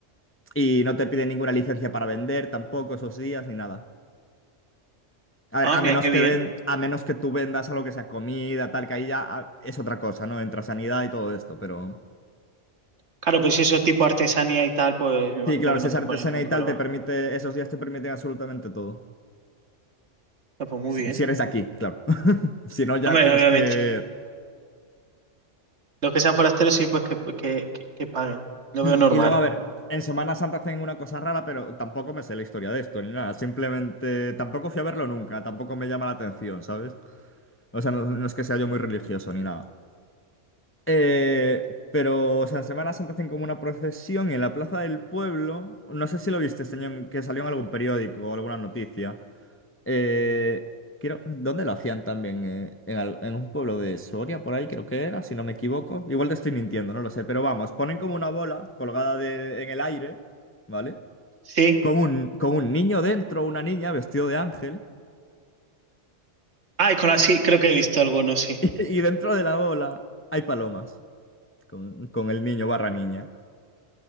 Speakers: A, on the left; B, on the right.
A: Y no te piden ninguna licencia para vender tampoco esos días ni nada. A ver,
B: Ah,
A: a
B: mira
A: menos
B: qué
A: que
B: bien.
A: ven, a menos que tú vendas algo que sea comida, tal, que ahí ya ah, es otra cosa, ¿no? Entra sanidad y todo esto, pero.
B: Claro, pues si eso es tipo artesanía y tal, pues me imagino
A: Sí, claro,
B: que
A: si
B: no
A: es
B: te
A: artesana
B: pone ningún
A: y
B: problema.
A: tal, te permite, esos días te permiten absolutamente todo.
B: Ah, pues muy
A: Si
B: bien.
A: si eres de aquí, claro. <laughs> Si no, ya
B: Hombre,
A: tienes
B: obviamente.
A: que.
B: Los que sean forasteros, sí, pues que, que, que, que paguen. Lo
A: Mm,
B: veo normal.
A: Y luego, a ver, en Semana Santa hacen una cosa rara, pero tampoco me sé la historia de esto, ni nada. Simplemente, tampoco fui a verlo nunca, tampoco me llama la atención, ¿sabes? O sea, no, no es que sea yo muy religioso ni nada. Eh, pero, o sea, en Semana Santa hacen como una procesión en la plaza del pueblo. No sé si lo viste, señor, que salió en algún periódico o alguna noticia. Eh, quiero, ¿dónde lo hacían también? Eh, en, al- en un pueblo de Soria, por ahí creo que era, si no me equivoco. Igual te estoy mintiendo, no lo sé. Pero vamos, ponen como una bola colgada de- en el aire, ¿vale?
B: Sí.
A: Con un, con un niño dentro, una niña vestido de ángel. <laughs>
B: Ah, y con la sí, creo que he visto algunos, sí.
A: Y, y dentro de la bola hay palomas con, con el niño barra niña.